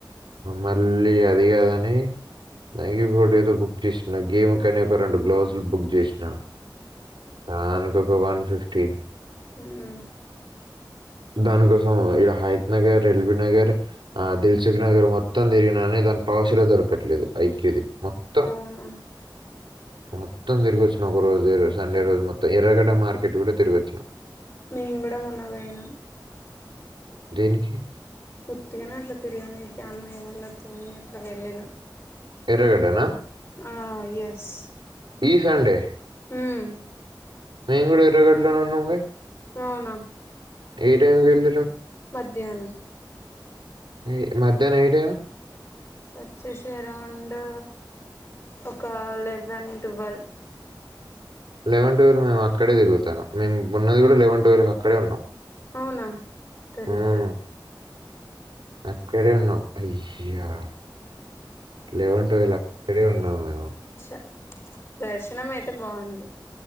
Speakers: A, on the right; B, on the left.
A: మళ్ళీ అ అది కాదని నయీ ఫోటోతో భుక్ చేస్ గేమ్ కని ఒక రెండు గ్లౌస్లు బుక్ చేసినా తాండు ఓ వన్ ఫిఫ్టీ
B: మ్మ్
A: దానికోసం ఇడ హైత్ నగర్ ఎల్బీ నగర్ ఆ దిల్సుుక్ నగర్ మొత్తం తిరిగిన దాని పౌచ్లు దొరకట్లేదు ఐక్యది మొత్తం
B: అవునా
A: మొత్తం తిరగచ్ ఒక రోజు సండే రోజు మొత్తం ఎర్రగడ్డ మార్కెట్ కూడా తిరుగోచ్చాను
B: మే కూడ ఉన్నవయినా
A: దేనికి
B: పర్తిగానే అట్లా తిరిగ న అన్నయ్య వల్ల తని అట్లా వెళ్ళను
A: ఎర్రగడ్డనా
B: ఆ ఎస్
A: ఈ సండే
B: మ్మ్
A: మేము కూడా ఎర్రగడ్డలోనే ఉన్నాంగా
B: అవునా
A: ఈ టైమ్ ఇల్
B: మధ్యానం
A: ఈ మధ్యానం ఏ టైమ్
B: వచ్చేసెయ్ అరౌండూ ఒక లెవెన్ టువల్
A: లెవెన్ టువల్ మేమ్ అక్కడే తిగుతన్నాం మేమున్నది కూడా లెవెన్ ట్వెల్ అక్కడే ఉన్నాం
B: అవునా దరిద్ర
A: హ్మ్. అక్కడే ఉన్నావ్ ఐయ్యా లెవన్ టువల్ అక్కడే ఉన్నా <inaudible>
B: చ దర్శనం అయితే బాగుంది